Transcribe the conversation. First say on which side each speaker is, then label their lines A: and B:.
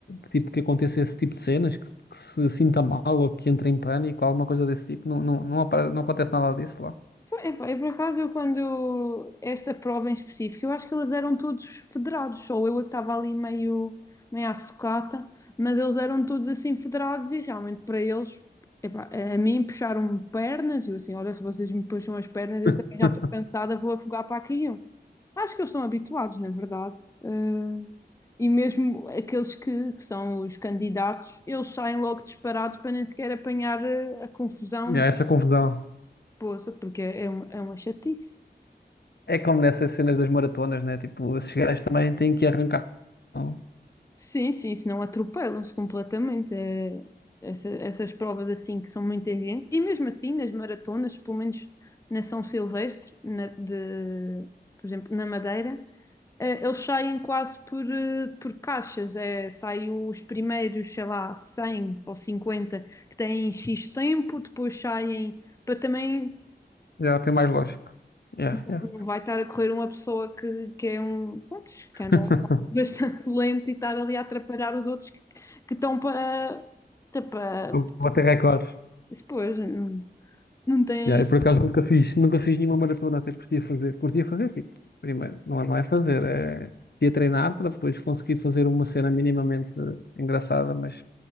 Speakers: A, on the left (about 70°); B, on the left (about 15°).
A: que, tipo, que aconteça esse tipo de cenas, que, que se sinta mal ou que entre em pânico, alguma coisa desse tipo. Não, não, não, apare- não acontece nada disso lá.
B: Pô, epá, eu por acaso, eu quando esta prova em específico, eu acho que eles eram todos federados, só eu é que estava ali meio, meio à sucata, mas eles eram todos assim federados e realmente para eles, epá, a a mim puxaram-me pernas, e eu assim, olha, se vocês me puxam as pernas, eu
A: <laughs>
B: também já estou cansada, vou afogar para aqui. eu. Acho que eles estão habituados, na verdade. Eh, e mesmo aqueles que, que são os candidatos, eles saem logo disparados para nem sequer apanhar eh, a confusão
A: E há essa confusão.
B: Poça, porque é uma, é uma chatice.
A: É como nessas cenas das maratonas, né? Tipo, esses gajos também têm que arrancar. Não,
B: Sim, sim, senão atropelam-se completamente. É- essa- essas provas assim que são muito exigentes. E mesmo assim, nas maratonas, pelo menos na São Silvestre, na- de, por exemplo, na Madeira, eh, eles saem quase por, eh, por caixas. É, saem os primeiros, sei lá, 100 ou 50 que têm X tempo, depois saem para também.
A: Já tem mais lógico. Yeah,
B: Não
A: yeah.
B: vai estar a correr uma pessoa que, que é um, pronto, que anda
A: <laughs>
B: bastante <laughs> lento e estar ali a atrapalhar os outros que, que estão para, tá para,
A: Vou bater recordes.
B: pois, não, não tem,
A: Yeah, eu por acaso nunca fiz, nunca fiz nenhuma maratona, até curtia fazer, curtia fazer, tipo, primeiro, não é, não é fazer, é curtia treinar para depois conseguir fazer uma cena minimamente engraçada, mas,